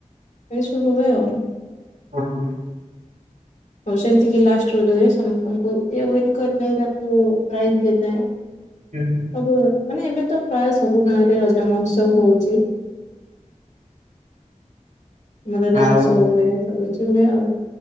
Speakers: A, on the left (about 65°); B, on the right (about 70°).
A: ଏମିତି ସବୁ ହୁଏ ଆଉ।
B: ଓ ହୋ।
A: <unintelligible> ହଉ ସେମିତିକି ଲାଷ୍ଟ ରଜ ରେ ସମସ୍ତଙ୍କୁ ଯିଏ ୱିନ୍ କରିଥାଏ ତାଙ୍କୁ ପ୍ରାଇଜ ଦେଇଥାଏ। ହ
B: ହୁଁ।
A: ସବୁ ମାନେ ଏବେ ତ ପ୍ରାୟ ସବୁ ଗାଁ ରେ ରଜ ମହୋତ୍ସବ ହଉଚି। ଆମର ଡ୍ୟାନ୍ସ
B: ଆଉ
A: ହୁଏ, ସବୁ କିଛି ହୁଏ, ଆଉ